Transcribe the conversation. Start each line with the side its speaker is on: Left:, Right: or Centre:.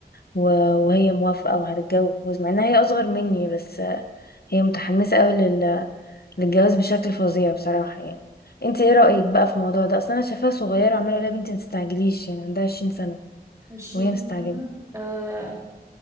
Left: و... وهي موافقه وهتتجوز مع انها هي اصغر مني بس أه، هي متحمسه قوي لل... للجواز بشكل فظيع بصراحه يعني انت
Right: مم.
Left: ايه رايك بقى في الموضوع ده اصل انا شايفاها صغيره وعماله اقول لها يا بنتي ما تستعجليش يعني عندها 20 سنه
Right: عشرين
Left: وهي
Right: سنة
Left: مستعجله
Right: آه